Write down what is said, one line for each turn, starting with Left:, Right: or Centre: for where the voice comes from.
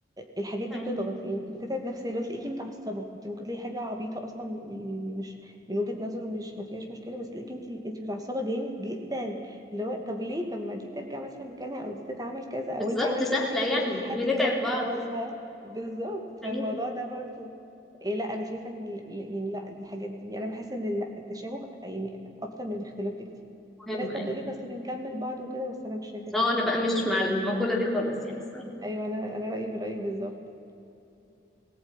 Right: الحاجات دي
Centre: يعني
Right: بتضغط يعني بتتعب نفسيا لو تلاقيكي متعصبه انت ممكن تلاقي حاجه عبيطه اصلا يعني مش من وجهه نظره مش ما فيهاش مشكله بس تلاقيكي انت انت متعصبه جامد جدا اللي هو طب ليه طب ما دي ترجع مثلا مكانها او دي تتعمل كذا او
Centre: بالظبط
Right: انت عملتي
Centre: سهله
Right: الحاجه
Centre: يعني
Right: فتلاقي حد
Centre: اللي
Right: جه
Centre: نتعب
Right: وراكي
Centre: بعض
Right: بوظها بالظبط فالموضوع
Centre: يعني
Right: ده برضو إيه لا انا شايفه ان ال- يعني لا دي حاجات دي انا بحس ان ال- التشابه يعني اكتر من الاختلاف بكتير
Centre: مهم
Right: في ناس بقى
Centre: يعني
Right: بتقول لك اصل بنكمل بعض وكده بس انا مش شايفه كده
Centre: اه انا بقى مش مع المقوله دي خالص يعني الصراحه
Right: ايوه انا انا رايي من رايك بالظبط